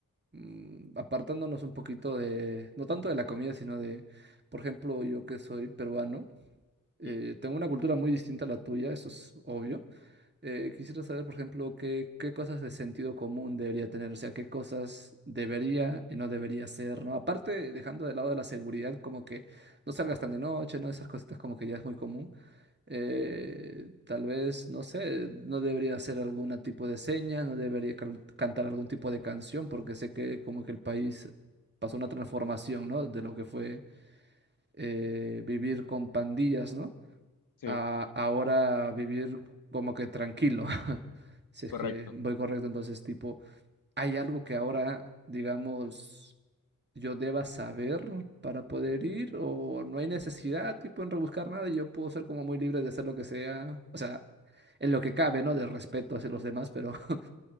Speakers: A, on the right (about 30°); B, on the left (about 75°).
A: mm, apartándonos un poquito de, no tanto de la comida, sino de, por ejemplo, yo que soy peruano. Eh,
B: ¿Mm?
A: tengo una cultura muy distinta a la tuya, eso es obvio. Eh, quisiera saber, por ejemplo, qué, qué cosas de sentido común debería tener, o sea, qué cosas debería y no debería ser, ¿no? Aparte, dejando de lado la seguridad, como que no salgas tan de noche, ¿no? Esas cositas como que ya es muy común. Eh, tal vez, no sé, no debería hacer algún tipo de seña, no debería cal- cantar algún tipo de canción, porque sé que como que el país pasó una transformación, ¿no? De lo que fue eh, vivir con pandillas, ¿no?
B: Sí,
A: a ahora vivir como que tranquilo, <laughs> si es
B: correcto.
A: que voy correcto. Entonces, tipo, ¿hay algo que ahora, digamos, yo deba saber para poder ir o no hay necesidad, tipo, en rebuscar nada? y Yo puedo ser como muy libre de hacer lo que sea, o sea, en lo que cabe, ¿no? De respeto hacia los demás, pero <laughs>